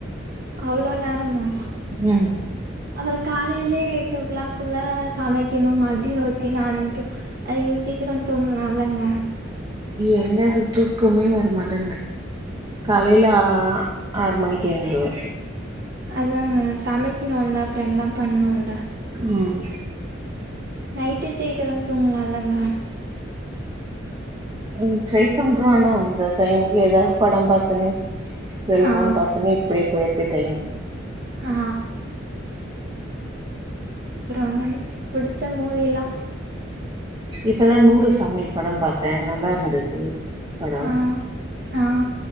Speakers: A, on the right; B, on the right.
A: அவ்ள நேரமா
B: ம்
A: அது காலையிலே எயிட் ஓ க்ளாக்குள்ள சமைக்கிணு மற்ப்டியு ரொட்டின்னு ஆரம்பிக்கு அதுக்கு சீக் கிரோ தூங்கலால்லங்க
B: எங்க அது தூக்கமே வருமாட் காலைல ஆ ஆறு மணிக்கு ஏந்த்ருவ
A: அதாங்க சமைக்கணுன்ல அப்றோ எல்லாம் பண்ணுல
B: ம்
A: நைட்டு சீக்கிரோ தூங்கலால மேம்
B: ம் ட்ரை பண்றோ ஆனா அந்த டைமுக்கு ஏதாவ்து படம் பாத்துனு செல்ஃபோன்
A: ஆ
B: பாத்துனே இப்படியே போயற்து டைம்
A: ஆ அப்றோ மேம் புடிச்ச மூவி எல்லா
B: இப்பதா நூறு சாமி படம் பாத்தே நல்லா இருந்துது படம்
A: ஆ ஆ